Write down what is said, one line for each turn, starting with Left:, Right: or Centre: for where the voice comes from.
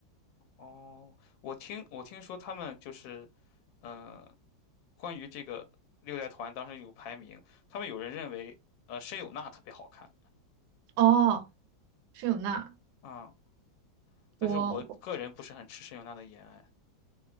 Left: 哦，我听我听说他们就是，呃，关于这个六代团当时有排名，他们有人认为呃申有娜特别好看
Right: 哦，是有娜，
Left: 啊、嗯但是我个人不是很吃申有娜的颜，
Right: 我，
Left: 哎，